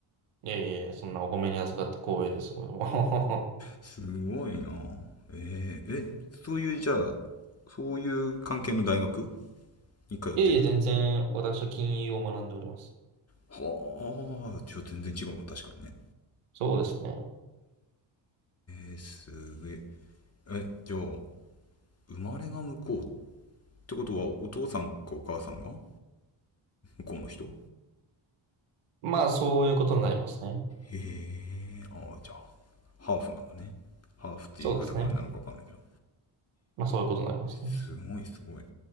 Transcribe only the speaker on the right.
いやいやいや、そんなお褒めに預かって光栄です。もう
<laughs> いやいや、全然私は金融を学んでおります。
そうですね。
まあ、そういうことになりますね。
そうですね。まあ、そういうことになりますね。